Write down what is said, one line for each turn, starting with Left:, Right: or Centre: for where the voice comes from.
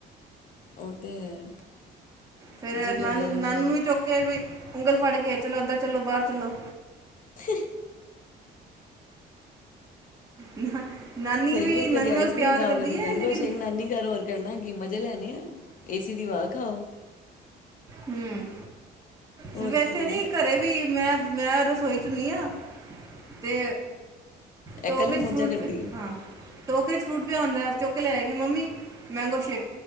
Left: ਹੋਤੇ ਹੈ
Right: ਫੇਰ
Left: ਜੀ ਲੱਗਿਆ
Right: ਨਾਨ
Left: ਰਹਿੰਦਾ
Right: ਨਾਨ
Left: ਹੈ।
Right: ਵੀ ਚੁੱਕੇ ਬ ਉਂਗਲ ਫੜ ਕੇ ਚਲੋ ਅੰਦਰ ਚੱਲੋ ਬਾਹਰ ਚਲੋ
Left: <unintelligible>
Right: ਨਾ- ਨਾਨੀ
Left: ਸਹੀ
Right: ਵੀ
Left: ਹੈ
Right: ਨਾਨੀ
Left: ਕਦੇ ਆਈਸ
Right: ਨਾਲ
Left: ਕਰ੍ਰੀਮ
Right: ਪਿਆਰ
Left: ਖਾਓ
Right: ਕਰਦੀ
Left: ਕਦੇ ਮੈਂਗੋ
Right: ਹੈ ਲੇਕਿਨ
Left: ਸ਼ੇਕ ਨਾਨੀ ਘਰ ਹੋਰ ਕਰਨਾ ਕੀ ਮਜ਼ੇ ਲੈਣੇ ਆ ਏਸੀ ਦੀ ਵਵਾ ਖਾਓ
Right: ਹਮ
Left: ਹੋਰ
Right: ਸਿਰਫ ਇੱਥੇ
Left: ਕੀ
Right: ਨੀ
Left: ਹੈ ਇਹ
Right: ਘਰੇ ਵੀ ਮੈਂ ਮੈਂ ਰਸੋਈ ਚੁੰਨੀ ਆ ਅਤੇ ਟੋਗਰੇ
Left: ਇਕੱਲੀ
Right: '
Left: ਮੋਜਾ
Right: ਫੂਟ
Left: ਕਰਦੀ ਹੈ
Right: ਹਾਂ ਟੋਕਰੇ ਚ ਫਰੂਟ ਪਿਆ ਆਉਂਦਾ ਚੁੱਕ ਲੈ ਆਗੀ mummy mango shake